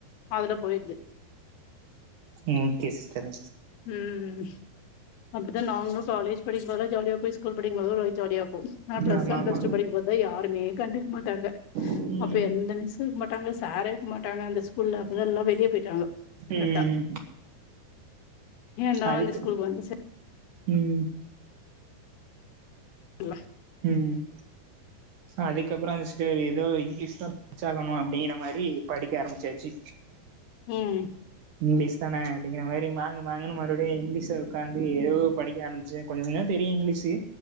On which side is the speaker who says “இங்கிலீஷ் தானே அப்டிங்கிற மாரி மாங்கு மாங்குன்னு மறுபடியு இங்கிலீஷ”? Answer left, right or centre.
Right